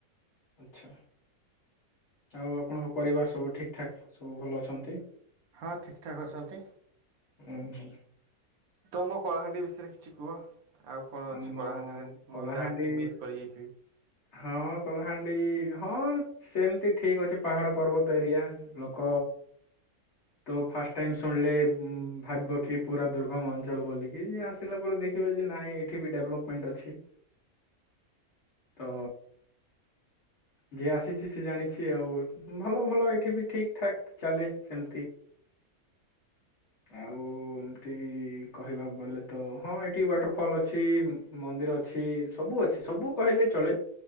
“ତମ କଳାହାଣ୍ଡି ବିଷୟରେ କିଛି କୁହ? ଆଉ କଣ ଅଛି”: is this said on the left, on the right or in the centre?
Right